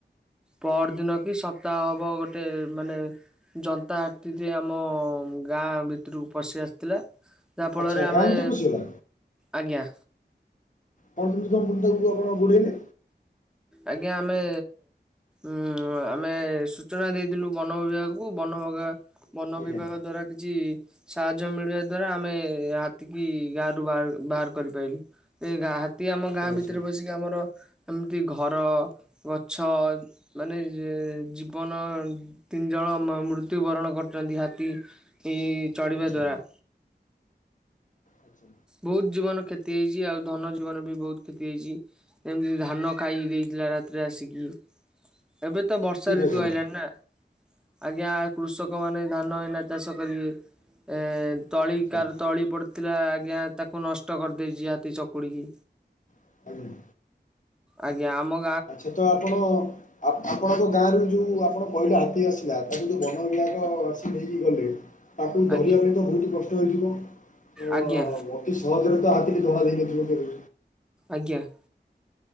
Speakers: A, in the centre; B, on the left.
A: ପର ଦିନ କି ସପ୍ତାହ ହବ ଗୋଟେ ମାନେ ଯନ୍ତା ହାତୀ ଟେ ଆମ ଗାଁ ଗା ଭିତରକୁ ପଶି ଆସିଥିଲା ଯାହା ଫଳରେ
B: ଆଚ୍ଛା
A: ଆମେ
B: ଗାଁ ଭିତରକୁ ପଶିଗଲା
A: ଆଜ୍ଞା।
B: <unintelligible> ଗୁଡେଇଲେ
A: ଆଜ୍ଞା ଆମେ ଉଁ ଆମେ ସୂଚନା ଦେଇଥିଲୁ ବନ ବିଭାଗକୁ ବନ <unintelligible> ବନ
B: ଆଜ୍ଞା
A: ବିଭାଗ ଦ୍ଵାରା କିଛି ସାହାଯ୍ୟ ମିଳିବା ଦ୍ଵାରା ଆମେ ହାତୀ କିି ଗାଁରୁ ବା ବାହାର କରିପାରଲୁ ଏ ହାତୀ ଆମ
B: ଆଚ୍ଛା
A: ଗାଁ
B: ଆଚ୍ଛା
A: ଭିତରେ ବସିକି ଆମର ଯୋଉ ଘର, ଗଛ, ମାନେ ଜୀବନ ତିନି ଜଣ ମୃତ୍ୟୁବରଣ କରୁଛନ୍ତି ହାତୀ ଚଢ଼ିବା
B: ଆଚ୍ଛା
A: ଦ୍ୱାରା
B: ଆଚ୍ଛା
A: ବହୁତ ଜୀବନ କ୍ଷତି ହେଇଚି ଆଉ ଧନ ଜୀବନ ବି ବହୁତ କ୍ଷତି ହେଇଚି ଯେମିତି ଧାନ ଖାଇ ଦେଇ ରାତିରେ ଆସିକି ଏବେ ତ ବର୍ଷା
B: ଠିକ୍
A: ଋତୁ
B: ଅଛି
A: ଆଇଲାଣିି ନା? ଆଜ୍ଞା କୃଷକ ମାନେ ଧାନ ଏଇନା ଚାଷ କରିବେ । ଏ ତଳି
B: ଆଜ୍ଞା
A: କାର ତଳି ପଡୁଥିଲା ଆଜ୍ଞା ତାକୁ ନଷ୍ଟ କରିଦେଇଚି ହାତୀ ଚକୁଡିକି
B: ଆଜ୍ଞା
A: ଆଜ୍ଞା ଆମ
B: ଆଚ୍ଛା ତ ଆପଣ ଆପଣଙ୍କ ଗାଁ ରୁ ଯୋଉ ଆପଣ ପହିଲା ହାତୀ ଆସିଲା ତାକୁ ଯୋଉ ବନ ବିଭାଗ ଆସିକି ନେଇକି ଗଲେ ତାକୁ ଧରିବା
A: ଆଜ୍ଞା
B: ପାଇଁ ତ ବହୁତ କ ଷ୍ଟ ହେଇଥିବ ଅ
A: ଆଜ୍ଞା
B: ଅତି ସହଜରେ ତ ହାତୀକି ଧରା ଦେଇନଥିବ କେବେ?
A: ଆଜ୍ଞା ।